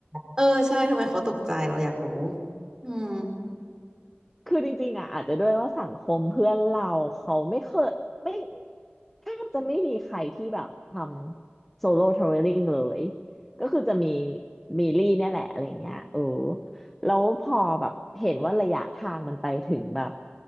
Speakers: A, on the right; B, in the centre.
A: เออใช่ทำไมเขาตกใจเราอยากรู้อืม
B: คือจริงๆอ่ะอาจจะด้วยว่าสังคมเพื่อนเราเขาไม่เคยไม่แทบจะไม่มีใครที่แบบทำโซโล่ทราเวลลิ่งเลยก็คือจะมีมีลี่เนี่ยแหละอะไรเงี้ยเออแล้วพอแบบเห็นว่าระยะทางมันไปถึงแบบ